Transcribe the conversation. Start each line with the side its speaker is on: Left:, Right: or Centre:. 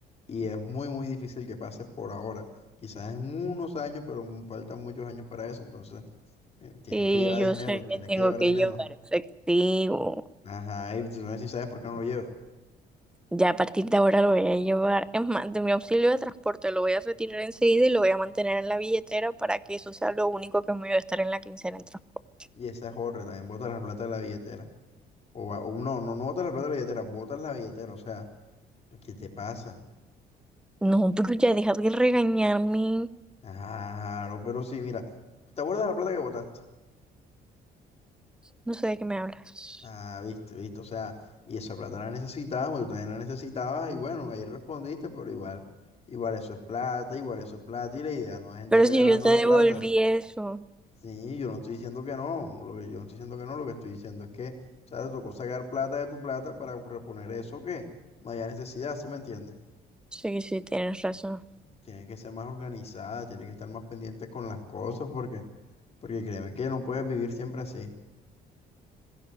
Left: Y es muy, muy difícil que pase por ahora. Quizás en unos años, pero mu- faltan muchos años para eso. Entonces, eh, tienes
Centre: y
Left: que llevar
Centre: yo
Left: dinero,
Centre: sé
Left: tienes
Centre: que tengo
Left: que llevar
Centre: que
Left: dinero.
Centre: llevar efectivo.
Left: Ajá, y tú no sé si sabes por qué no lo llevas.
Centre: Ya a partir de ahora lo voy a llevar. Es más, de mi auxilio de transporte lo voy a retirar enseguida y lo voy a mantener en la billetera para que eso sea lo único que me voy a estar en la quincena en transporte.
Left: Y esa es otra, también botas la plata de la billetera. O, va- o no, no, no botas la plata de la billetera, botas la billetera. O sea, ¿qué te pasa?
Centre: No, pero ya deja de regañarme.
Left: Claro, pero sí, mira, ¿te acuerdas de la plata que botaste?
Centre: No sé de qué me hablas.
Left: Ah, viste, viste, o sea, y esa plata la necesitábamos, tú también la necesitabas, y bueno, ahí respondiste, pero igual, igual eso es plata, igual eso es plata, y la idea no es andar
Centre: Pero
Left: regalando
Centre: si yo te
Left: la
Centre: devolví
Left: plata.
Centre: eso.
Left: Sí, yo no estoy diciendo que no, lo que yo no estoy diciendo que no, lo que estoy diciendo es que, o sea, te tocó sacar plata de tu plata para reponer eso que no haya necesidad, ¿sí me entiendes?
Centre: Sí, sí, tienes razón.
Left: Tienes que ser más organizada, tienes que estar más pendiente con las cosas, porque, porque créeme que no puedes vivir siempre así.